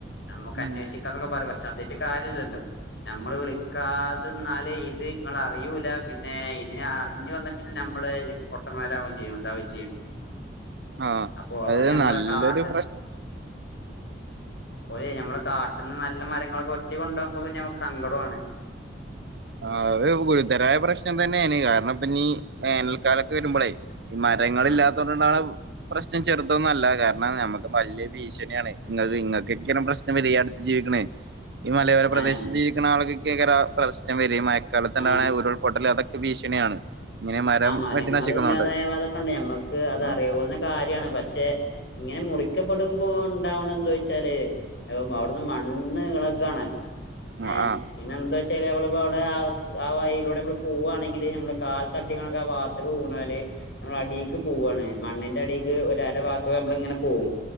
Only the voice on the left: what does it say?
ഞമ്മക്ക്
അന്വേഷിക്കാ എന്നന്നൊക്കെ പറയും പക്ഷെ അതായിട്ട് കാര്യല്ലല്ലോ ഞമ്മള് വിളിക്കാതന്നാല് ഇത് ഇങ്ങൾ അറിയൂല പിന്നെ ഇത് അറിഞ്ഞു വന്നിട്ട് പിന്നെ നമ്മള് പൊട്ടന്മാരാവും ചെയ്യും എതാ ചെയ്യ
അപ്പൊ അവര്
മ്മളെ
കാട്ട്
ഓലെ ഞമ്മളെ കാട്ട്ന്ന് നല്ല മരങ്ങളൊക്കെ വെട്ടി കൊണ്ടോവുമ്പോ പിന്നെ നമുക്ക് സങ്കടൂആണ്
ആഹ്
ആഹ്
ആഹ്
ആ മരങ്ങള്
ഇല്ലാതായതൊക്കെണ്ട് ഞമ്മക്ക് അത്
അറിയാവുന്ന കാര്യണ് പക്ഷെ ഇങ്ങനെ മുറിക്കപ്പെടുമ്പോ ഉണ്ടാവണ എന്ത ചോച്ചാല് അവിടുന്ന് മണ് ഇളകാണല്ലോ
ഏ
പിന്നെ എന്താ വെച്ചൽ അവിടെ ആ വഴിയിലൂടെ പോവാണെങ്കില് നമ്മുടെ കാൽത്തട്ടിക്കണ്ട്ക്കെ ആവാത്ത്ക്ക് വീണാൽ നമ്മൾ അടിക്ക് പോവണ് മണ്ണിന്റെ അടിക്ക് ഒരര ഭാഗതൂടെ നമ്മൾ ഇങ്ങനെ പോവും